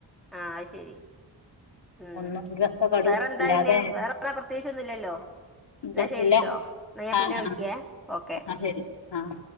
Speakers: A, in the centre; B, on the left.
A: ആഹ് അയ് ശരി. ഉം
B: ഒന്നും ഒരു ബസ്സൊക്കെ
A: വേറെന്താ
B: ഇല്ലാതെ
A: പിന്നെ വേറെപ്പോ പ്രതേകിച്ചൊന്നു ല്ലല്ലോ.
B: ഇല്ല
A: ന്നാ ശെരിട്ടോ
B: ഇല്ല
A: ന്ന ഞാൻ
B: ആഹ്
A: പിന്നെ വിളിക്കേ
B: ആഹ്
A: ഓക്കെ.
B: ആഹ് ശരി ആഹ്.